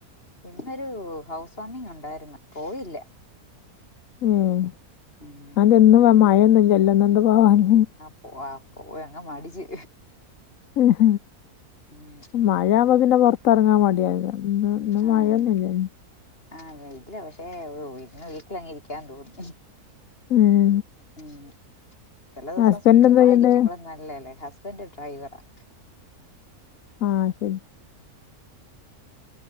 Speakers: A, on the left; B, on the left.
A: ഇന്നൊരു ഹൗസ് വാമിങ് ഉണ്ടായിരുന്നു പോയില്ല
B: ഏഹ്
A: ഉം
B: ആന്തെ ഇന്ന് മ മഴയൊന്നുല്ലല്ലോ ഇഎന്താ പോവാഞ്ഞെ
A: പോവാ പോവെഅങ്ങ് മടിച്ച്
B: ആഹ
A: ഉം
B: മഴ ആവുമ്പോ പിന്നെ പൊറത്തറങ്ങാൻ മട്യായ്ക്കാരം ഇന്ന്
A: ആഹ്
B: മഴയൊന്നുംല്ലല്ല്
A: ആഹ് വിട്ടില്ല പക്ഷെ ഇന്ന് വീട്ടിലങ്ങ് ഇരിക്കാൻ തോന്നി
B: ഉം
A: ഉം ചില ദിവസം
B: ഹസ്ബൻഡ്
A: സൂക്ഷ ചുമ്മ
B: എന്താ ചെയ്യണ്ടേ
A: ഇരിക്കുമ്പോളും നല്ലത്അല്ലേ ഹുസ്ബൻഡ് ഡ്രൈവറാ
B: ആഹ് ശരി